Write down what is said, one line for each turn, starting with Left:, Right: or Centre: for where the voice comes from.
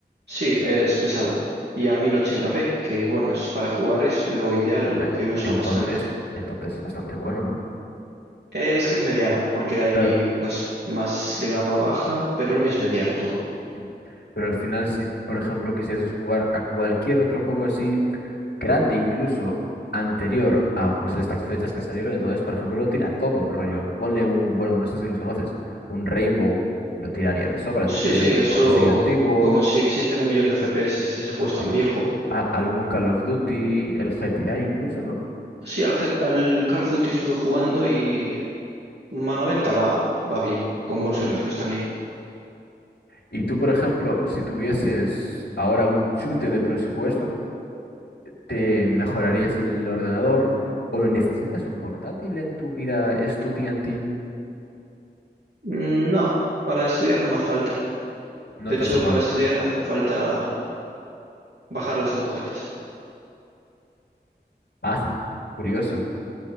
Right: Sí, es pesado. Y a mil ochenta p que bueno, es para jugar es lo ideal, lo
Left: Me-
Right: que usa
Left: Entonces,
Right: más gente.
Left: entonces es bastante bueno, ¿no?
Right: Es que es mediano, porque hay
Left: Claro,
Right: cosas más de gama baja, pero lo mío es mediano todo.
Left: mm, pero al final si, por ejemplo, quisieras jugar a cualquier otro juego así, grande incluso anterior a pues estas fechas que salieron, entonces, por ejemplo, lo tira todo, rollo, ponle un, bueno, no sé si los conoces, un Rainbow, lo tiraría de sobra, entonces
Right: Sí, sí,
Left: es
Right: eso,
Left: un juego así antiguo,
Right: como si existen un millón de FPS, ese juego es tan
Left: sí,
Right: viejo.
Left: a- algún Call of Duty, el GTA incluso, ¿no?
Right: Sí, al, G- al Call of Duty estuve jugando y a 90 va, va bien, con buenos gráficos
Left: Mm.
Right: también.
Left: Y tú, por ejemplo, si tuvieses ahora un chute de presupuesto, ¿te mejorarías el ordenador o necesitas un portátil en tu vida estudiantil?
Right: Mm, No, para estudiar no me hace falta.
Left: No
Right: De hecho,
Left: te hace falta.
Right: para estudiar me hacen falta bajar las agujetas.
Left: Ah, curioso.